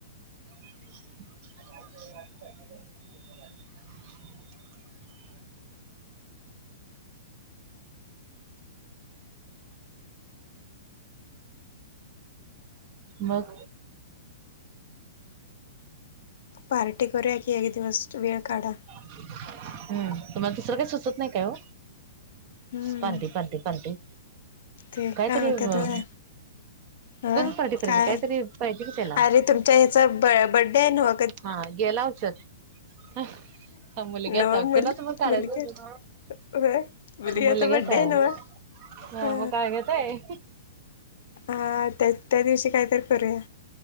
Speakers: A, on the right; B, on the left.
A: <unintelligible> <unintelligible> मग
B: पार्टी कररकी हगतीव अ अस वेळ काढा.
A: हम्म तुम्हाला दुसरं काही सुचत नाही काय हो
B: हम्म
A: पार्टी पां्टी पार्टी.
B: ते
A: कायतरी.
B: काय म्हणते
A: न
B: तर होय
A: पाठी कराये
B: काय
A: काहीतरी पाहिजे की त्याला.
B: अरे तुमच्या ह्याचा ब बड्डे हाय न्हव.
A: हा गेला. <unintelligible> ह ह मुलग्याचाय
B: नव मुल
A: कुणासमोर काढायच.
B: मुलगी होय मुलग्याचा
A: मुलग्याच
B: बड्डे
A: आहे
B: नव्ह
A: ह
B: हा
A: मग काय न्हेताय
B: हा त्या त्या दिवशी कायतरी करूया.